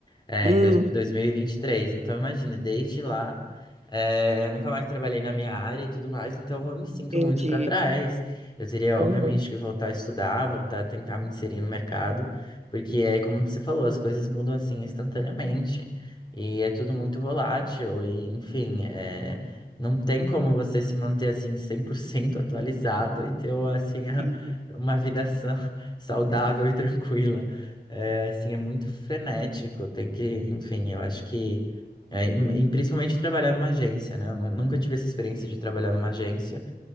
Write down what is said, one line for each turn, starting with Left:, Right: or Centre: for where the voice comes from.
Left: É,
Right: Hum,
Left: em dois- 2023. Então, imagina, desde lá, é, eu nunca mais trabalhei na minha área e tudo mais, então eu me sinto
Right: entendi.
Left: muito para trás. Eu teria,
Right: Aham.
Left: obviamente, que voltar a estudar, voltar a tentar me inserir no mercado, porque é como você falou, as coisas mudam assim instantaneamente e é tudo muito volátil, e enfim, é, não tem como você se manter assim 100% atualizado e ter assim <laughs> a-
Right: sim.
Left: uma vida sã, saudável e tranquila. É, assim, é muito frenético, tem que, enfim, eu acho que, é, em- em- principalmente trabalhar numa agência, né? Eu nu- nunca tive essa experiência de trabalhar numa agência.